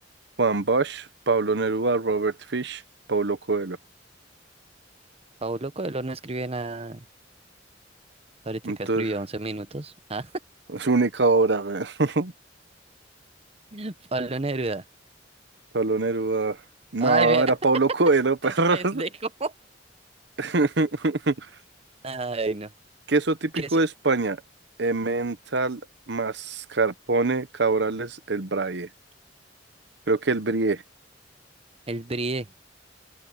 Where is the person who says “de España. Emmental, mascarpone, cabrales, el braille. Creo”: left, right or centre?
Right